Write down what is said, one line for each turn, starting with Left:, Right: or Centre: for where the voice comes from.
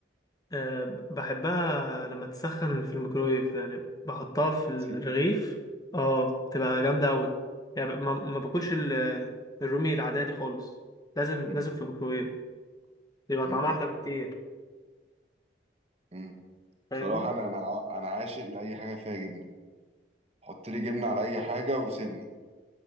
Left: أه بحبها لما تسخن في الميكرويف يعني بحطها في الرغيف
Right: سيدي
Left: اه بتبقى جامدة أوي يعني ما, ما باكلش ال- الرومي العادية دي خالص لازم
Right: أمم،
Left: لازم في الميكرويف يبقى طعمها
Right: أمم،
Left: أحلى بكتير
Right: أمم.
Left: فاهمني
Right: بصراحة أنا أنا ع- أنا عاشق لأي حاجة فيها جبنة حط لي جبنة على أي حاجة وسيبني